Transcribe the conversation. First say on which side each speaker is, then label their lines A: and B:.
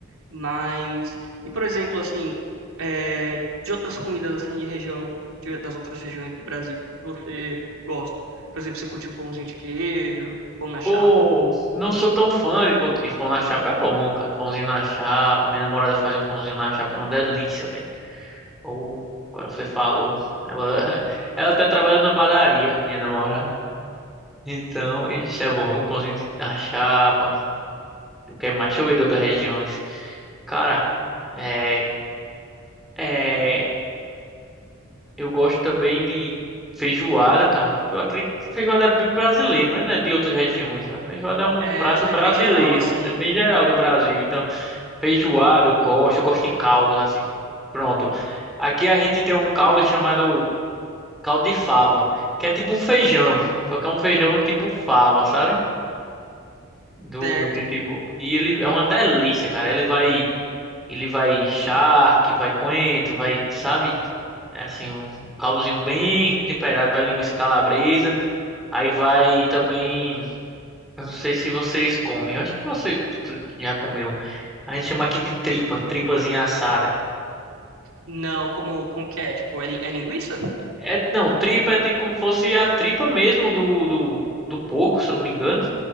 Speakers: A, on the right (about 75°); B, in the centre.
A: Mas, e por exemplo, assim, é, de outras comidas assim de região, de- das outras regiões do Brasil, o que que você gosta? Por exemplo, você curte o pãozinho de queijo, pão na chapa?
B: Pô, não sou tão fã de pão de queijo. Pão na chapa é bom, cara. Pãozinho na chapa. Minha namorada faz um pãozinho na chapa, uma delícia, velho. Ou, agora você falou. Ela, <laughs> ela até trabalha numa padaria, minha namorada. Então, isso é bom. Um pãozinho de- na chapa. O que é mais? Deixa eu ver de outras regiões. Cara, é. É. Eu gosto também de feijoada, cara. Eu acredito que feijoada é bem brasileiro, não é, né, de outras regiões. Né? Feijoada é um
A: É,
B: prato
A: acho que
B: brasileiro,
A: é bem geral, assim,
B: é bem geral do Brasil. Então, feijoada eu gosto, eu gosto de caldos assim. Pronto. Aqui a gente tem um caldo chamado caldo de fava, que é tipo um feijão, só que é um feijão tipo fava, sabe? Do
A: certo?
B: de tipo, e ele é uma delícia, cara. Ele vai, ele vai charque, vai coentro, vai, sabe? É assim, um um caldozinho bem temperado, vai linguiça calabresa, aí vai também, eu não sei se vocês comem, eu acho que você tu- já comeu. A gente chama aqui de tripa, tripazinha assada.
A: Não, como, como que é? Tipo, é, li- é linguiça?
B: É, não, tripa é tipo como fosse a tripa mesmo do, do, do porco, se eu não me engano.